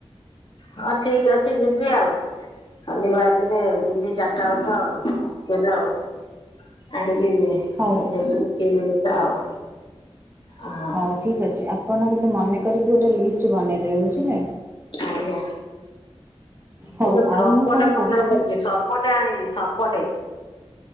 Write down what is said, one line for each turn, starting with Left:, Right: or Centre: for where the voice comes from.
Left: ହଁ, ଠିକ ଅଛି ଯିବି ଆଉ। ଶନିବାର ଦିନେ ଯିବି ଚାରିଟା ବେଳକୁ ଆଉ କେବେ ଆଉ। ଆଣିବି ଦେବୀ
Right: ହଉ
Left: ଗୋଟେଇ ଜିନିଷ ଆଉ। ହଁ
Right: ହଉ ଠିକ୍ ଅଛି ଆପଣ କିନ୍ତୁ ମନେ କରିକି ଗୋଟେ ଲିଷ୍ଟ ବନେଇଦେବେ ବୁଝିଲେ?
Left: ଆଜ୍ଞା
Right: ହଉ
Left: ଗୋଟେ
Right: ଆଉ
Left: ସପଟେ
Right: ମୁଁ କ'ଣ
Left: ମନରେ
Right: କହୁଥି
Left: ପଡୁଛି ସପ୍ ସପଟେ ଆଣିବି ସପଟେ।